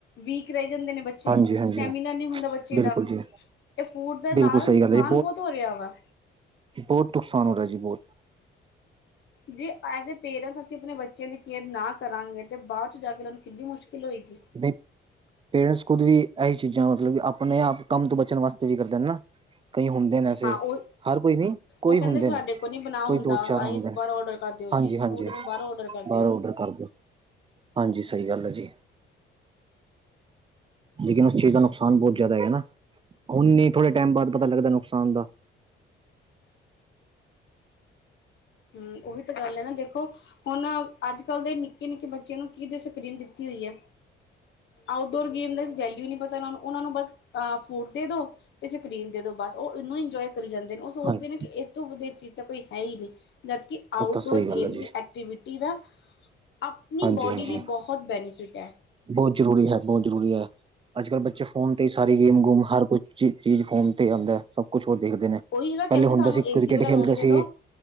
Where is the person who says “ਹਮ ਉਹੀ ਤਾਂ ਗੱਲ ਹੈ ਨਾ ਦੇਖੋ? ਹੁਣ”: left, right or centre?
Left